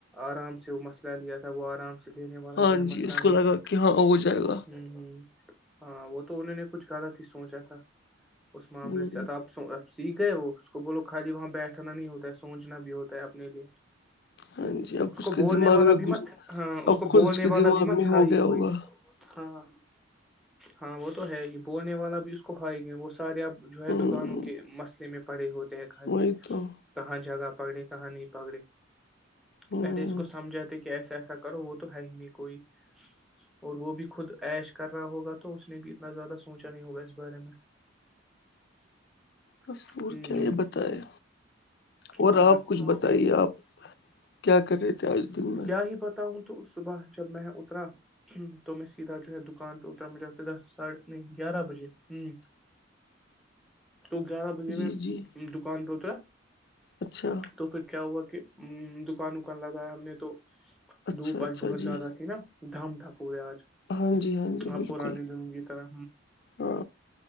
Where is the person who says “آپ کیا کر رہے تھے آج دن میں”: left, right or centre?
Left